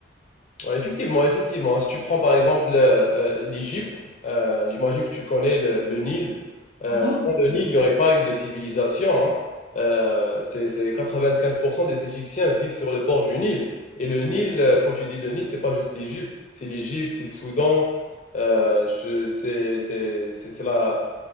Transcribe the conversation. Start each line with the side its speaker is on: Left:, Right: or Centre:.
Left: Ouais, effectivement, effectivement. Si tu prends par exemple euh, euh, l'Égypte, euh, j'imagine que tu connais le, le Nil. Euh,
Right: Mhm,
Left: sans
Right: tout
Left: le
Right: à fait.
Left: Nil, il n'y aurait pas eu de civilisation. hein. Euh, c'est, c'est 95% des Égyptiens vivent sur le bord du Nil. Et le Nil, euh, quand tu dis le Nil, c'est pas juste l'Égypte. C'est l'Égypte, c'est le Soudan. Euh, je, c'est, c'est, c'est, c'est la,